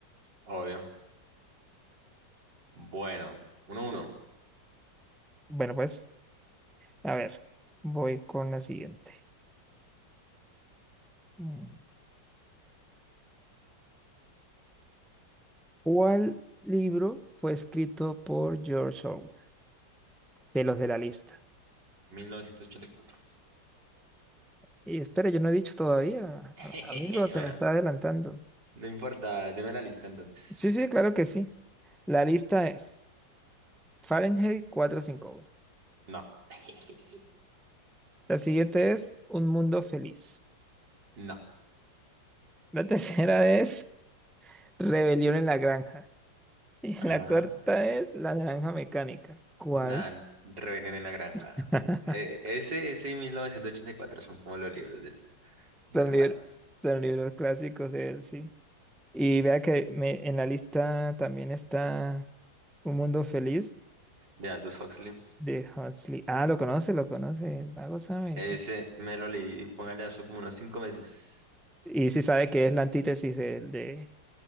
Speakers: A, on the right; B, in the centre.
A: obvio. Bueno, uno uno,
B: Bueno, pues, a ver, voy con la siguiente. Mm. ¿Cuál libro fue escrito por George Orwell? De los de la lista.
A: 1984.
B: Y espera, yo no he dicho todavía.
A: <laughs>
B: a- Amigo, se
A: Bueno,
B: me está adelantando.
A: no importa, deme la lista entonces.
B: Sí, sí, claro que sí. La lista es Fahrenheit 451.
A: No, <laughs>
B: La siguiente es Un Mundo Feliz.
A: no.
B: La <laughs> tercera es Rebelión en la Granja. <laughs> Y
A: Ah,
B: la cuarta es La Naranja Mecánica. ¿Cuál?
A: nada, Rebelión en la Granja.
B: <laughs>
A: Eh, ese, ese y 1984 son como los libros del,
B: Son
A: del man,
B: libros, son libros clásicos de él, sí. Y vea que me, en la lista también está Un Mundo Feliz
A: de Aldous Huxley.
B: de Huxley. Ah, lo conoce, lo conoce, el vago sabe.
A: Ese
B: sí, sí.
A: me lo leí, póngale eso como unos cinco meses.
B: Y sí sabe que es la antítesis de, de,